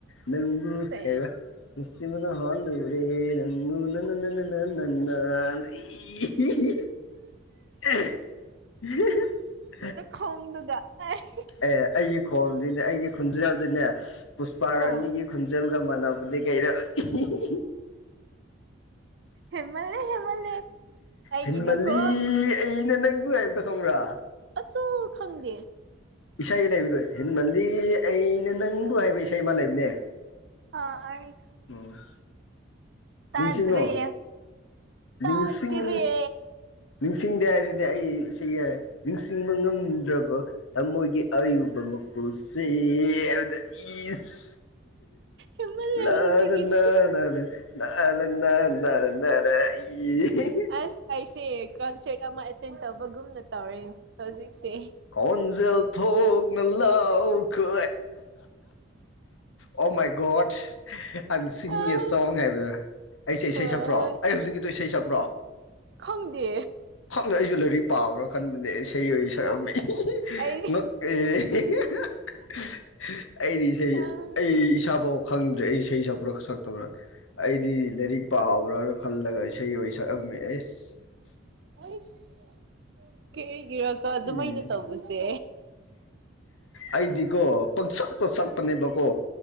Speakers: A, on the left; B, on the right.
A: ꯅꯪꯕꯨ
B: ꯁꯦ
A: ꯀꯩ ꯍꯥꯏꯕ ꯅꯨꯡꯁꯤꯕꯅ ꯍꯥꯜꯂꯨꯔꯦ ꯅꯪꯕꯨ ꯅ ꯅ ꯅ ꯅ ꯅ ꯅ ꯅ ꯂꯩ ꯏꯍꯤ ꯍꯤ ꯍꯤ ꯍꯤ
B: ꯅꯈꯣꯡꯗꯨꯗ ꯑꯩ
A: ꯑꯦ ꯑꯩꯒꯤ ꯈꯣꯟꯁꯤꯅꯦ ꯑꯩꯒꯤ ꯈꯣꯟꯖꯦꯜꯁꯤꯅꯦ ꯄꯨꯁꯄꯥꯔꯥꯅꯤꯒꯤ
B: ꯑꯥ
A: ꯈꯣꯟꯖꯦꯜꯒ ꯃꯥꯟꯅ ꯃꯥꯟꯅ ꯀꯩꯔ ꯏꯍꯤ ꯏꯍꯤ
B: ꯍꯦꯟꯃꯜꯂꯦ ꯍꯦꯟꯃꯜꯂꯦ ꯑꯩꯒꯤꯅꯀꯣ
A: ꯍꯦꯟꯃꯜꯂꯤ ꯑꯩꯅ ꯅꯪꯕꯨ ꯍꯥꯏꯕꯗꯣ ꯈꯪꯕꯔꯥ
B: ꯆꯨ ꯈꯪꯗꯦ
A: ꯏꯁꯩ ꯂꯩꯕꯗꯣ ꯍꯦꯟꯃꯜꯂꯤ ꯑꯩꯅ ꯅꯪꯕꯨ ꯍꯥꯏꯕ ꯏꯁꯩ ꯑꯃ ꯂꯩꯕꯅꯦ
B: ꯑꯥ ꯑꯩ ꯈ
A: ꯎꯝ
B: ꯇꯥꯗꯔꯦ
A: ꯅꯤꯡꯁꯤꯡꯉꯣ ꯅꯤꯡꯁꯤꯡ
B: ꯇꯥꯗꯤꯔꯦ
A: ꯅꯤꯡꯁꯤꯡꯗꯦ ꯍꯥꯏꯔꯗꯤ ꯑꯩ ꯏꯁꯩꯒꯤ ꯍꯥꯏ ꯅꯤꯡꯁꯤꯡꯕ ꯉꯝꯗ꯭ꯔꯕ ꯊꯥꯃꯣꯏꯒꯤ ꯑꯌꯨꯕ ꯃꯈꯨꯜꯁꯦꯌꯦ ꯅꯪꯅ ꯏꯁ
B: ꯍꯦꯟꯃꯜꯂꯦ
A: ꯂꯥꯅ
B: ꯍꯧꯖꯤꯛꯀꯤꯗꯤ
A: ꯅ ꯅ ꯅ <unintelligible>
B: ꯑꯁ ꯑꯩꯁꯦ ꯀꯟꯁꯔꯠ ꯑꯃ ꯑꯦꯇꯦꯟ ꯇꯧꯕꯒꯨꯝꯅ ꯇꯧꯔꯦ ꯍꯧꯖꯤꯛꯁꯦ
A: ꯈꯣꯟꯖꯦꯜ ꯊꯣꯛꯅ ꯂꯥꯎꯈꯣ ꯑꯣ ꯃꯥꯏ ꯒꯣꯠ ꯑꯥꯝ ꯁꯤꯒꯤꯡ
B: ꯑꯥ
A: ꯑꯦ ꯁꯣꯡ ꯍꯥꯏꯕ ꯑꯩꯁꯦ ꯏꯁꯩ
B: ꯍꯣꯏ
A: ꯁꯛꯄ꯭ꯔꯣ ꯑꯩ ꯍꯧꯖꯤꯛꯀꯤꯗꯨ ꯏꯁꯩ ꯁꯛꯄ꯭ꯔꯣ
B: ꯈꯪꯗꯦ
A: ꯈꯪꯗꯦ ꯑꯩꯁꯨ ꯂꯥꯏꯔꯤꯛ ꯄꯥꯕ꯭ꯔꯥ ꯈꯟꯕꯅꯦ ꯏꯁꯩ ꯑꯣꯏ ꯁꯛꯑꯝꯃꯦ ꯑꯦ
B: ꯑꯩ
A: ꯍꯤ ꯍꯤ ꯍꯥ ꯍꯥ ꯑꯩꯗꯤ ꯏꯁꯩ
B: ꯑꯥ
A: ꯑꯩ ꯏꯁꯥꯐꯥꯎ ꯈꯪꯗ꯭ꯔꯦ ꯑꯩ ꯏꯁꯩ ꯁꯛꯄ꯭ꯔꯥ ꯁꯛꯇꯕ꯭ꯔꯥ ꯑꯩꯗꯤ ꯂꯥꯏꯔꯤꯛ ꯄꯥꯕ꯭ꯔꯥꯅ ꯈꯜꯂꯒ ꯏꯁꯩ ꯑꯣꯏꯅ ꯁꯛꯑꯝꯃꯦ ꯑꯦꯁ
B: ꯑꯁ ꯀꯤꯔꯤꯒꯤꯔꯀꯣ ꯑꯗꯨꯃꯥꯏꯅ
A: ꯎꯝ
B: ꯇꯧꯕꯁꯦ
A: ꯑꯩꯗꯤꯀꯣ ꯄꯪꯁꯛꯇ ꯁꯛꯄꯅꯦꯕꯀꯣ